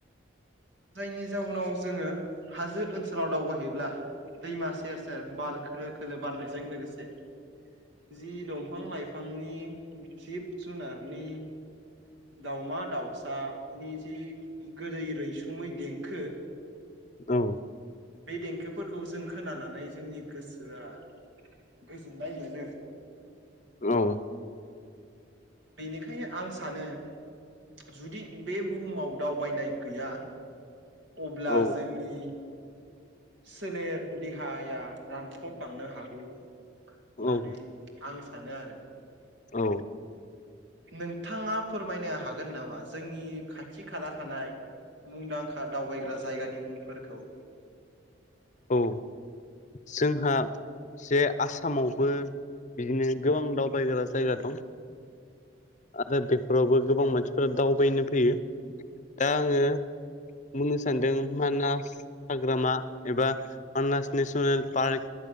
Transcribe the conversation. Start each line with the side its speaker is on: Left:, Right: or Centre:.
Right: जायनि जाउनाव जोङो हाजो ओनसोलाव दावबायहैब्ला दैमा सेर सेर बाल खोलो खोलो बारनायजों लोगोसे जि दंफां लाइफांनि जिब जुनारनि दाउमा दाउसानि जि गोदै रैसुमै देंखो
Left: औ।
Right: बे देंखोफोरखौ जों खोनानानै जोंनि गोसोआ गोजोननाय मोनो
Left: औ
Right: बेनिखायनो आं सानो जुदि बे बुहुमाव दावबायनाय गैया अब्ला
Left: औ
Right: जोंनि सोलेर देहाया रांख्रब बांनो हागौ। होननानै
Left: औ
Right: आं सानो आरो।
Left: औ।
Right: नोंथाङा फोरमायनो हागोन नामा जोंनि खाथि खाला थानाय। मुंदांखा दावबायग्रा जायगानि मुंफोरखौ
Left: औ जोंहा जे आसामावबो बिदिनो गोबां दावबायग्रा जायगा दं। आरो दा बेफोरावबो गोबां मानसिफोरा दावबायनो फैयो। दा आङो बुंनो सानदों मानास हाग्रामा एबा मानास नेसनेल पार्क